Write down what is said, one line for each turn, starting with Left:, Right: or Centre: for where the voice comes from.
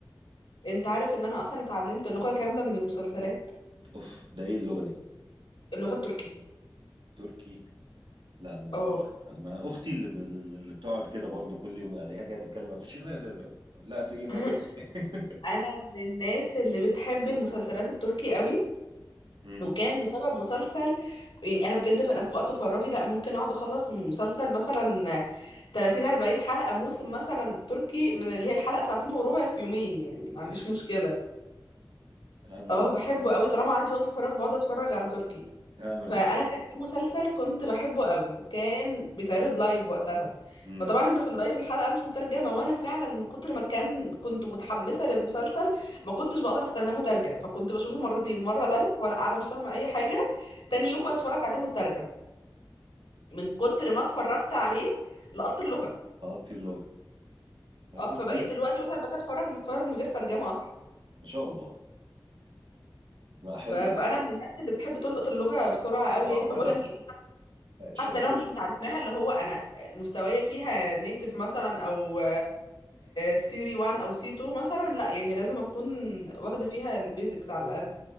Left: انت عارف ان انا اصلا اتعلمت لغه كامله من المسلسلات
Right: اوف ده ايه اللغه دي
Left: اللغه التركيه
Right: تركي لا انا ما
Left: اه
Right: اعرفش ما اختي اللي, ب... اللي بتقعد كده برضو كل يوم الاقيها جايه تتكلم اخش لا, لا, لا, لا في ايه مالك
Left: <laughs>
Right: <laughs>
Left: انا من الناس اللي بتحب المسلسلات التركي قوي
Right: امم
Left: وكان بسبب مسلسل يعني انا بجد انا في وقت فراغي لا ممكن اقعد اخلص مسلسل مثلا 30 40 حلقة موسم مثلا تركي من اللي هي الحلقة ساعتين وربع في يومين يعني ما عنديش
Right: اوف
Left: مشكلة
Right: انا
Left: اه
Right: ال...
Left: بحبه قوي طالما عندي وقت فراغ بقعد اتفرج على تركي
Right: انا
Left: فانا
Right: القط
Left: كان في مسلسل كنت بحبه قوي وكان بيتعرض لايف وقتها
Right: امم
Left: فطبعا انت في اللايف الحلقه مش مترجمه وانا فعلا من كتر ما كان كنت متحمسه للمسلسل ما كنتش بقدر استناه مترجم فكنت بشوفه مرتين مره لايف وانا قاعده مش فاهمه اي حاجه تاني يوم بتفرج عليه مترجم من كتر ما اتفرجت عليه لقطت اللغه
Right: هقطي اللغه ماليش
Left: اه فبقيت
Right: بيه
Left: دلوقتي مثلا بقيت اتفرج متفرج من غير ترجمه اصلا
Right: ما شاء الله لا حلو
Left: ف- فانا
Right: ده
Left: من الناس اللي بتحب تلقط اللغه بسرعه قوي
Right: هو
Left: يعني
Right: عامة
Left: فبقول لك إيه،
Right: شابول
Left: حتى لو مش متعلماها اللي هو انا مستوايا فيها نيتف مثلا او سي 1 او سي 2 مثلا لا يعني لازم اكون واخده فيها البيزكس على الاقل